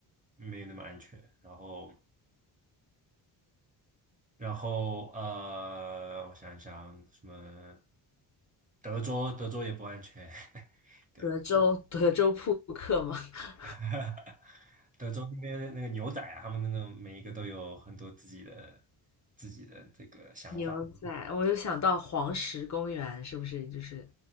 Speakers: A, on the right (about 15°); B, on the left (about 40°).
A: 没有那么安全。然后，然后呃，我想一想，什么德州，德州也不安全，<laughs> 对，
B: 德州，德州扑克吗？<laughs>
A: <laughs> 德州那边那个牛仔啊，他们那种每一个都有很多自己的自己的这个想法。
B: 牛仔，我就想到黄石公园，是不是就是